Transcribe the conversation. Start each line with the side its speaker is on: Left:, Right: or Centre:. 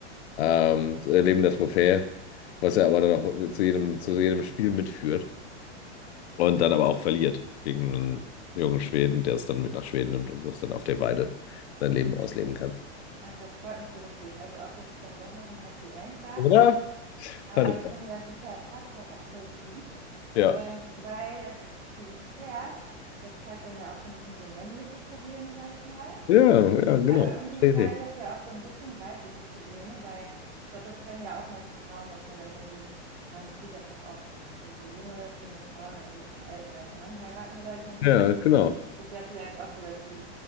Left: ähm, äh, lebender Trophäe, was er aber dann auch zu jedem, zu jedem Spiel mitführt und dann aber auch verliert gegen einen jungen Schweden, der es dann mit nach Schweden nimmt und wo es dann auf der Weide sein Leben ausleben kann.
Right: Ach, das freut mich so richtig. Also auch, dass es dann doch noch ein Happy End gab.
Left: Oder?
Right: Aber
Left: Fand ich.
Right: ich finde, das ist halt, passt halt auch voll gut,
Left: Ja.
Right: ähm, weil das, dieses Pferd, das zeigt dann ja auch so ein bisschen so männliche Probleme, sage ich mal.
Left: Ja, ja, genau.
Right: Aber irgendwie
Left: Idee.
Right: zeigt das ja auch so ein bisschen weibliche Probleme, weil ich glaube, das kennen ja auch manche Frauen, dass man dann irgendwie, man sieht das doch oft, dass irgendwie so junge, schöne Frauen dann irgendwie so einen alten, reichen Mann heiraten oder so. Und
Left: Ja,
Right: dann
Left: genau.
Right: ist das ja vielleicht auch so, dass die